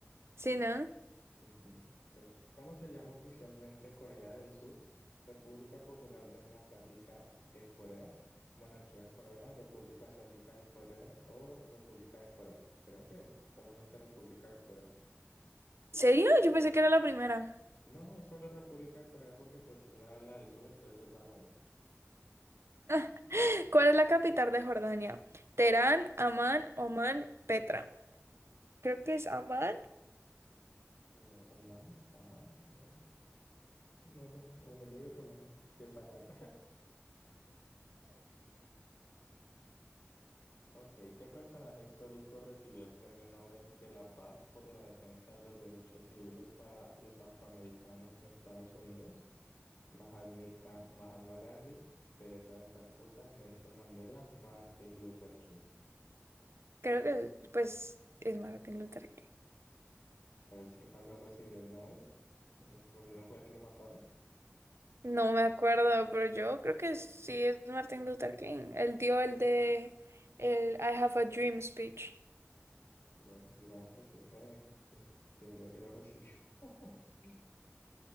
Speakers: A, on the right; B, on the left.
A: ¿Sí, no?
B: Ujú, sí. ¿Cómo se llama oficialmente Corea del Sur? República Popular Democrática de Corea, Monarquía Coreana, República Asiática de Corea o República de Corea. Creo que es solamente República de Corea.
A: ¿Serio? Yo pensé que era la primera.
B: No, es solo República de Corea porque pues es la, la del sur, entonces es la buena.
A: <gasps> ¿Cuál es la capital de Jordania? Teherán, Amán, Omán, Petra. Creo que es Amán.
B: O, o man, Amán, Amán, no No sé, o yo digo que man, si es Amán. Ok, ¿qué personaje histórico recibió el Premio Nobel de la Paz por la defensa de los derechos civiles para los afroamericanos en Estados Unidos? Mahatma Ga- Mahatma Gandhi, Teresa de Calcuta, Nelson Mandela, Martin Luther King.
A: Creo que es, pues es Martin Luther King.
B: A ver si alcanzó a recibir el Nobel. Bueno, ¿No fue que lo mataron?
A: No me acuerdo, pero yo creo que sí es Martin Luther King. Él dio el de el I Have a Dream speech.
B: Bueno, digamos que sí. Eh, sí, sí, entonces sí lo recibió. <laughs>